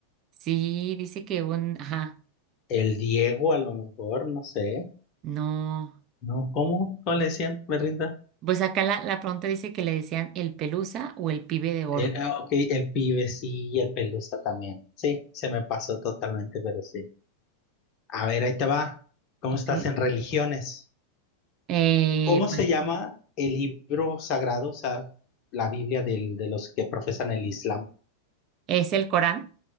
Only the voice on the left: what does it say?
el Diego a lo mejor, no sé.
No, ¿cómo? ¿Cómo le decían? Me rinda.
El, ah, ok, el pibe sí, y el pelusa también. Sí, se me pasó totalmente, pero sí. A ver, ahí te va. ¿Cómo
estás en religiones?
¿Cómo
se llama el libro sagrado, o sea, la Biblia del- de los que profesan el Islam?